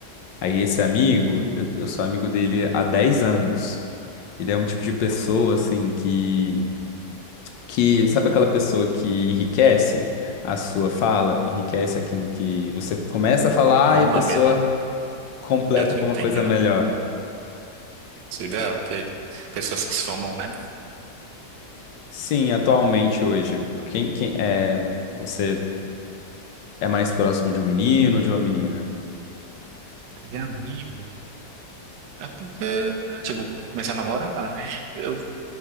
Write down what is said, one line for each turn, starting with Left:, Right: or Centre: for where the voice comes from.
Left: Aí, esse amigo, eu, eu sou amigo dele há 10 anos. Ele é um tipo de pessoa, assim, que que sabe aquela pessoa que enriquece a sua fala, enriquece aquilo que você começa a falar
Right: Alma
Left: e a pessoa
Right: Ah, mesmo, né?
Left: completa
Right: já tu
Left: com
Right: entende,
Left: uma coisa
Right: né?
Left: melhor.
Right: Isso é ideal, que pessoas que somam, né?
Left: Sim, atualmente hoje, quem, quem é você é mais próximo de um menino ou de uma menina?
Right: De amigos. É porque, tipo, eu comecei a namorar, né? Eu